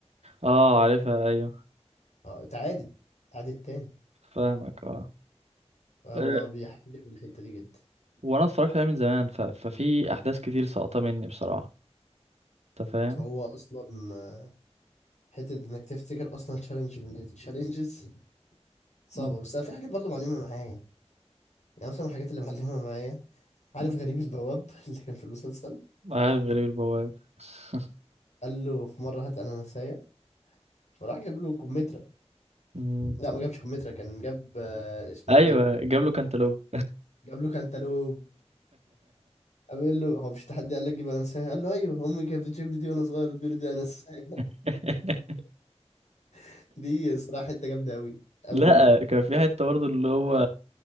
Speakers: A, on the right; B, on the left.
A: اه عارفها ايوه
B: اه اتعادت اتعادت تاني
A: فاهمك اه
B: هو
A: أه،
B: بيحجب الحتة دي جدا
A: وانا اتفرجت عليه من زمان ف... ففي احداث كتير ساقطة مني بصراحة انت فاهم
B: هو أصلا آه، حتة إنك تفتكر أصلا تشالنج من التشالنجز صعبة
A: مم.
B: بس أنا في حاجات برضو معلمة معايا يعني مثلا من الحاجات اللي معلمة معايا عارف
A: مم.
B: غريب البواب <laughs> اللي كان في المسلسل
A: عارف غريب البواب <laughs>
B: قال له في مرة هات أناناساية فراح جاب له كمثرى
A: مم.
B: لا ما جابش كمثرى كان جاب آه، اسمه
A: ايوه
B: إيه ده
A: جاب له كانتالوب
B: جاب له كانتالوب قال له هو مش تحدي قال لك جيب أناناساية قال له أيوه أمي كانت بتجيب لي دي وأنا صغير وتقول لي دي أناناساية
A: <laughs>
B: <laughs> دي الصراحة حتة جامدة أوي أوي
A: لا كان في حتة برضه اللي هو